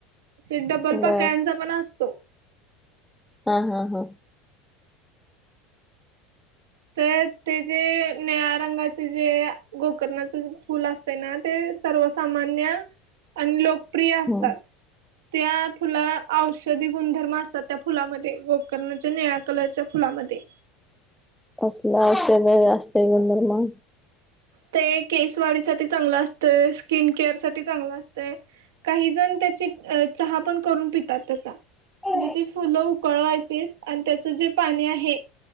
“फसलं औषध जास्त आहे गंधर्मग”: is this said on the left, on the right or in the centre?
Centre